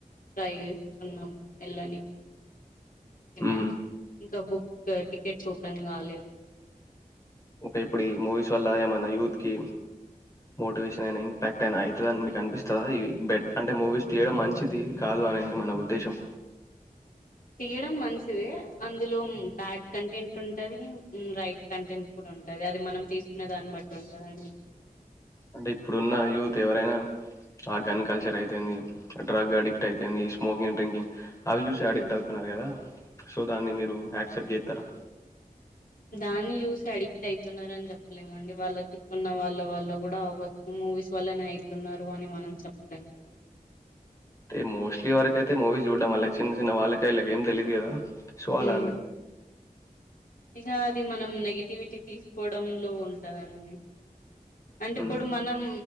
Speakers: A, on the left; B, on the left.
A: ట్రై చేస్తున్నాం వెళ్ళనికి ఏమై
B: హ్మ్.
A: ఇంకా బుక్ టికెట్స్ ఓపెన్ కాలేదు
B: ఒక ఇప్పుడు ఈ మూవీస్ వల్ల ఏమైనా యూత్ కి మోటివేషన్ అయినా ఇంపాక్ట్ అయినా అవుతదని అని మీకు అనిపిస్తుందా ఇవి బెట్ అంటే మూవీస్ తీయడం మంచిది కాదు ఏమన్న ఉద్దేశం
A: తీయడం మంచిది అందులో బ్యాడ్ కంటెంట్ ఉంటది. రైట్ కంటెంట్ కూడా ఉంటది. అది మనం తీసుకునే దాన్ని బట్టి ఉంటుందండి.
B: అంటే ఇప్పుడున్న యూత్ ఎవరైనా ఆ గన్ కల్చర్ అయితేంది డ్రగ్ అడిక్ట్ అయితేంది ఈ స్మోకింగ్ డ్రింకింగ్ అవి చూసి
A: హ్మ్.
B: అడిక్ట్ అవుతున్నారు కదా సో దాన్ని మీర్ రు యాక్సెప్ట్ జేత్తరా
A: దాన్ని చూసి అడిక్ట్ అయితున్నారని చెప్పలేమండి. వాళ్ళ చుట్టన్న వాళ్ళ వల్ల కూడా అవ్వచ్చు మూవీస్ వల్లనే అవుతున్నారు అని మనం చెప్పలేం కదండి.
B: ంటే మోస్ట్లీ వరకైతే మూవీస్ చూడడం అల చిన్న చిన్న వాళ్ళకి అ ఇళ్ళకి ఏం తెలియదు కదా సో అలా
A: ఉమ్
B: అన్ని
A: ఇక అది మనం నెగిటివిటీ తీసుకోవడం లో ఉంటదండి. అంటే
B: ఉమ్,
A: ఇప్పుడు మనం